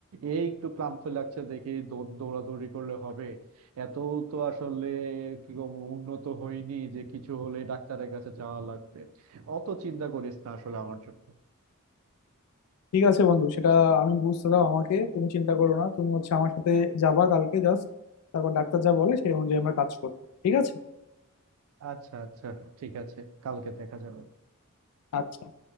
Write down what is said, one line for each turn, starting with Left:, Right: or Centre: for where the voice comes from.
Right: এই একটু ক্লান্ত লাগছে দেখি দৌড় দৌড়াদৌড়ি করলে হবে এত তো আসলে কি বলবো উন্নত হয়নি যে কিছু হলে ডাক্তারের কাছে যাওয়া লাগবে অত চিন্তা করিস না আসলে আমার জন্য
Left: ঠিক আছে বন্ধু সেটা আমি বুঝতে দাও আমাকে তুমি চিন্তা করো না তুমি হচ্ছে আমার সাথে যাবা কালকে জাস্ট তারপর ডাক্তার যা বলে সেই অনুযায়ী আমরা কাজ করবো ঠিক আছে
Right: আচ্ছা আচ্ছা ঠিক আছে কালকে দেখা যাবে
Left: আচ্ছা